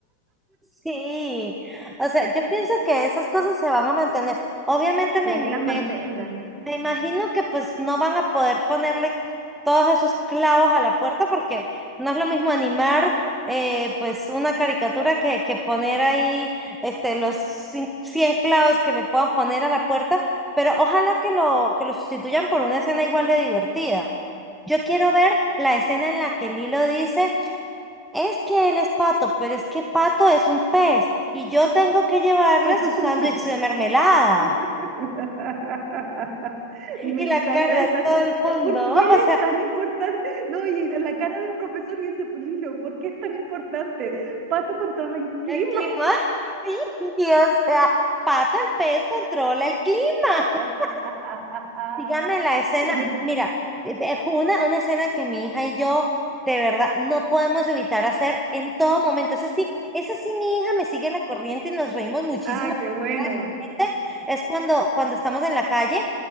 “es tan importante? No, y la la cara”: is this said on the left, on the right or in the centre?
Right